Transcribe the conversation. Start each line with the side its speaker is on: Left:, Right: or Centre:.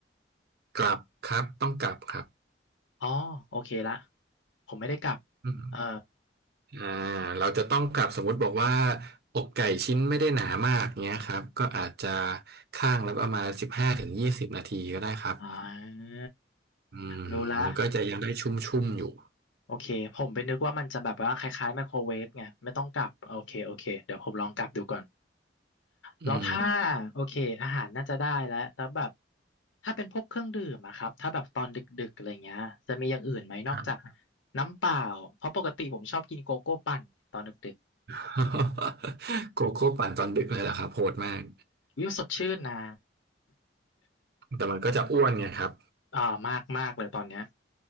Right: กลับครับต้องกลับครับ
Left: อ๋อโอเคละผมไม่ได้กลับ
Right: อืม
Left: เออ
Right: อ่าเราจะต้องกลับสมมุติบอกว่าอกไก่ชิ้นไม่ได้หนามากเนี้ยครับก็อาจจะข้างแล้วประมาณสิบห้าถึงยี่สิบนาทีก็ได้ครับ
Left: อ่า
Right: อืมมันก็จะยังได้ชุ่มๆอยู่
Left: รู้ละ โอเคผมไปนึกว่ามันจะแบบว่าคล้ายๆไมโครเวฟไงไม่ต้องกลับโอเคโอเคเดี๋ยวผมลองกลับดูก่อน
Right: อืม
Left: แล้วถ้าโอเคอาหารน่าจะได้แล้วแล้วแบบถ้าเป็นพวกเครื่องดื่มอะครับถ้าแบบตอนดึกๆอะไรเงี้ยจะมีอย่างอื่นไหมนอกจาก
Right: ครับ
Left: น้ำเปล่าเพราะปกติผมชอบกินโกโก้ปั่นตอนดึกๆอืม
Right: <laughs> โกโก้ปั่นตอนดึกเลยเหรอครับโหดมาก
Left: วิวสดชื่นนะ
Right: แต่มันก็จะอ้วนไงครับ
Left: อ่ามากมากเลยตอนเนี้ย